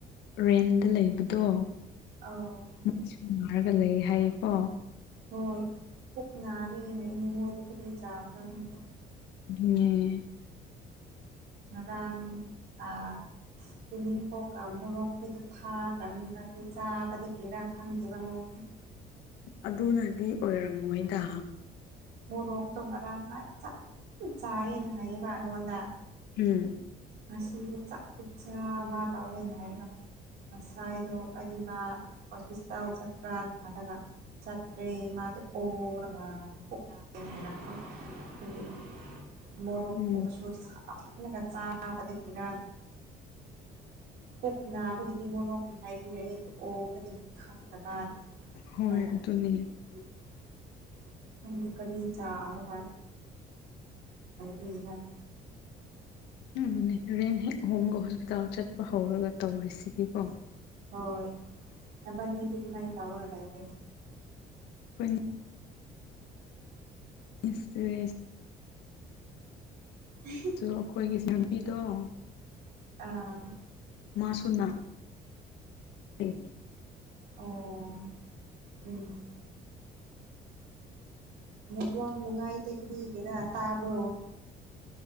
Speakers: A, on the left; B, on the right.
A: ꯔꯦꯟꯗ ꯂꯩꯕꯗꯣ
B: ꯑꯧ
A: <inaudible> ꯅꯥꯔꯒ ꯂꯩ ꯍꯥꯏꯌꯦꯀꯣ
B: ꯍꯣꯏ ꯄꯨꯛ ꯅꯔꯦꯅꯦ ꯃꯣꯏꯗꯤ ꯀꯔꯤ ꯆꯥꯕ꯭ꯔ ꯈꯪꯗꯦ
A: <inaudible>
B: ꯉꯔꯥꯡ ꯑ ꯇꯨꯅꯤꯡꯈꯣꯛꯀ ꯃꯣꯔꯣꯛꯈꯣꯏꯗꯣ ꯊꯥ ꯀꯅꯤꯕ ꯑꯗꯨ ꯆꯥꯕꯗꯒꯤꯔꯥ ꯈꯪꯗꯦꯕ ꯃꯣꯏꯁꯦ
A: ꯑꯗꯨꯅꯗꯤ ꯑꯣꯏꯔꯝꯃꯣꯏꯗ
B: ꯃꯣꯔꯣꯛꯇꯣ ꯉꯔꯥꯡ ꯐꯖꯅ ꯆꯥꯏꯌꯦꯅ ꯍꯥꯏꯌꯦꯕ ꯑꯩꯉꯣꯟꯗ
A: ꯎꯝ
B: ꯉꯁꯤꯒ <unintelligible> ꯃꯥ ꯇꯧꯔꯦꯅ ꯍꯥꯏꯔꯒ ꯉꯁꯥꯏꯗꯣ ꯑꯩꯗꯤ ꯃꯥ ꯑꯣꯐꯤꯁꯇ ꯆꯠꯄ꯭ꯔꯥꯅ ꯈꯜꯂꯒ ꯆꯠꯇ꯭ꯔꯦ ꯃꯗꯣ ꯑꯣꯔꯒ ꯄꯨꯛ ꯅꯔꯦꯅ ꯍꯥꯏꯔꯛꯄ ꯑꯗꯩ ꯃꯣꯔꯣꯛꯒꯨꯝꯕꯁꯨ
A: ꯎꯝ
B: ꯁꯃꯟꯂꯒ ꯆꯥ - ꯆꯥꯕꯗꯒꯤꯔꯥ ꯄꯨꯛ ꯅꯥꯕꯒꯤꯗꯤ ꯃꯣꯔꯣꯛꯒꯤ ꯍꯥꯏꯕ ꯌꯥꯏ ꯑꯗꯨ ꯑꯣꯕꯗꯒꯤ ꯈꯪꯗꯕ
A: ꯍꯣꯏ
B: ꯍꯥꯏꯔꯛꯑꯦ
A: ꯑꯗꯨꯅꯤ
B: <inaudible> ꯈꯪꯗꯦ ꯀꯔꯤ ꯆꯔꯥꯒ <inaudible>
A: ꯎꯝ ꯅꯦ ꯔꯦꯟ ꯍꯦꯛ ꯍꯣꯡꯕꯒ ꯍꯣꯁꯄꯤꯇꯥꯜ ꯆꯠꯄ ꯍꯧꯔꯒ ꯇꯧꯔꯤꯁꯤꯗꯤꯀꯣ
B: ꯍꯣꯏ ꯅꯕꯥꯅꯤꯗꯤ ꯑꯗꯨꯃꯥꯏꯅ ꯇꯧꯔꯒ ꯂꯩꯔꯦ
A: ꯑꯩꯈꯣꯏꯅꯤ ꯏꯁꯇ꯭ꯔꯦꯁ
B: <unintelligible>
A: ꯗꯨꯔꯣ ꯑꯈꯣꯏꯒꯤ ꯁꯤ ꯑꯥꯔ ꯕꯤꯗꯣ ꯫
B: ꯑꯥ ꯫
A: ꯃꯥ ꯁꯨꯅ <unintelligible>
B: ꯑꯣ ꯎꯝ ꯫ ꯅꯦꯇꯋꯥ꯭ꯔꯛ ꯅꯨꯉꯥꯏ ꯇꯦ ꯀꯔꯤ ꯒꯤꯔꯥ ꯇꯥꯕ꯭ꯔꯣ ꯫